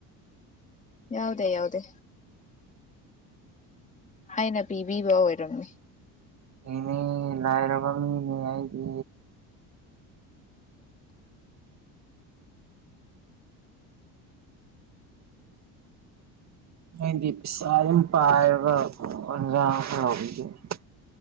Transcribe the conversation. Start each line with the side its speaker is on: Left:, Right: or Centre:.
Left: ꯌꯥꯎꯗꯦ ꯌꯥꯎꯗꯦ ꯍꯥꯏꯅ ꯄꯤꯕꯤꯕ ꯑꯣꯏꯔꯝꯅꯤ
Right: ꯏꯅꯦ ꯂꯥꯏꯔꯕ ꯃꯤꯅꯦ ꯑꯩꯗꯤ ꯑꯩꯗꯤ ꯄꯩꯁꯥ ꯌꯥꯝ ꯄꯥꯏꯕ <unintelligible>